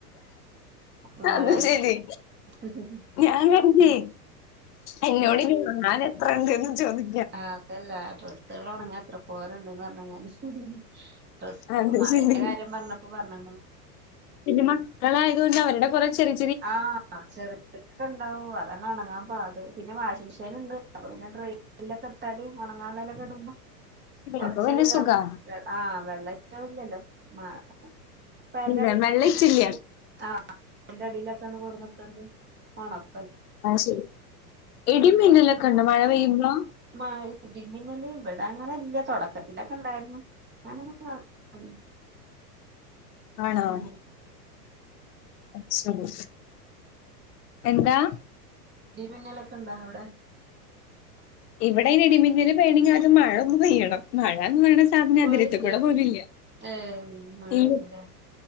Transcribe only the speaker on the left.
അത്
ശരി
ഞാൻ കണ്ടി എന്നോട് ഞാൻ എത്ര ഉണ്ട്ന്ന് ചോദി
അത്
ശരി
പിന്നെ മക്കളായതുകൊണ്ട് അവരുടെ കൊറേ ചെറി
അപ്പൊ പിന്നെ
സുഖാ
വെള്ളം
ഇച്ചില്ല
ആയിശരി എടിമീനലോക്കെ
ഇണ്ടോ മഴ പെയ്യുമ്പോ
ആണോ
അത് ശെരി എന്താ
ഇവിടെ ഇടിമിന്നല് പെയ്യണെങ്കിൽ ആദ്യം മഴ ഒന്ന് പെയ്യണം മഴ എന്ന് പാറീനെ സാധനോ അതരടി
തി കൂടി പോണില
ഇല്ല